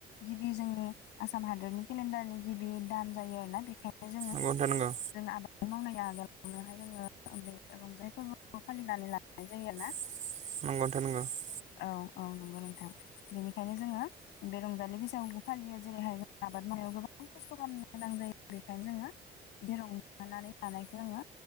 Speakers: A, on the left; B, on the right.
A: गिबि जोंनि आसाम हादरनि केलेण्डारनि गिबि दान जायो आरोना बेखायनो जोङो
B: नोंथां नंगौ
A: जों आबाद <unintelligible> मावनाय आगोलावनोहाय जोङो बे रंजानाय फोर्बोखौ फालिनानै लाग्रोनाय जायो आरोना।
B: <unintelligible>
A: औ औ नंगौ नोंथां बेनिखायनो जोङो बे रंजालि बैसागुखौ फालियो जेरैहाय जों आबाद मावनायाव गोबां खस्थ' खामनो गोनां जायो बेखायनो जोङो बिदि रंजानानै लानायखौ जोङो